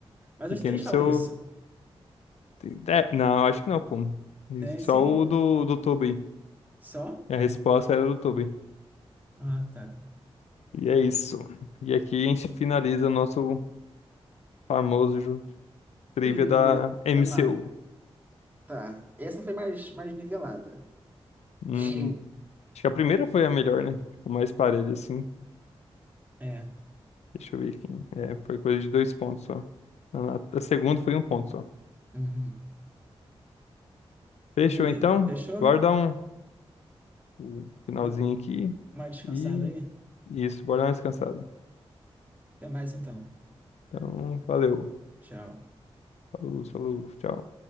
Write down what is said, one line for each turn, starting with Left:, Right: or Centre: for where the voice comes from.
Right: Mas os
Left: E tem
Right: três
Left: do
Right: falam
Left: seu.
Right: isso.
Left: tem- é, não, acho que não, pô. E
Right: Tem
Left: Só
Right: sim,
Left: o do, do Tobey
Right: só.
Left: A resposta era do Tobey
Right: Ah, tá.
Left: E é isso. E aqui a gente finaliza o nosso famoso ju- trivia
Right: Trivia
Left: da MCU.
Right: da Marvel. Tá. Essa foi mais, mais nivelada.
Left: Hum,
Right: Hum.
Left: acho que a primeira foi a melhor, né? Tipo, mais parelha, assim.
Right: É.
Left: Deixa eu ver aqui. É, foi coisa de dois pontos só. A, a- a segunda foi um ponto só.
Right: Uhum.
Left: Fechou,
Right: Beleza.
Left: então.
Right: Fechou?
Left: Bora dar um, um finalzinho
Right: Ma-
Left: aqui.
Right: Uma descansada
Left: E
Right: aí?
Left: isso, bora dar uma descansada.
Right: Até mais então.
Left: Então, valeu.
Right: Tchau.
Left: Falou, falou, tchau.